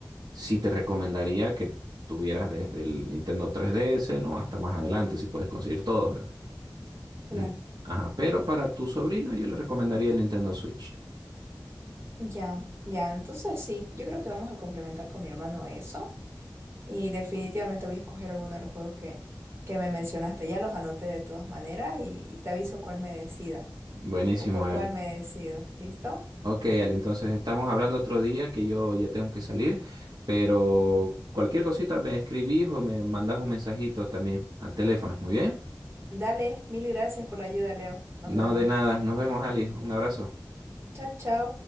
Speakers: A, on the right (about 65°); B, on the right (about 35°).
A: sí te recomendaría que tuvieras desde el Nintendo 3DS, ¿no? Hasta más adelante, si puedes conseguir todos.
B: claro.
A: Mm, Ajá, pero para tu sobrino yo le recomendaría el Nintendo Switch.
B: Ya, ya. Entonces sí, yo creo que vamos a complementar con mi hermano eso. Y definitivamente voy a escoger alguno de los juegos que, que me mencionaste. Ya los anoté de todas maneras y y te aviso cuál me decida.
A: Buenísimo,
B: o por
A: Ale.
B: cuál me decido. ¿Listo?
A: Ok, Ale, entonces estamos hablando otro día que yo ya tengo que salir, pero cualquier cosita me escribís o me mandás un mensajito también al teléfono, ¿muy bien?
B: Dale, mil gracias por la ayuda, Leo. Nos
A: No,
B: vemos.
A: de nada, nos vemos, Ali, un abrazo.
B: Chao, chao.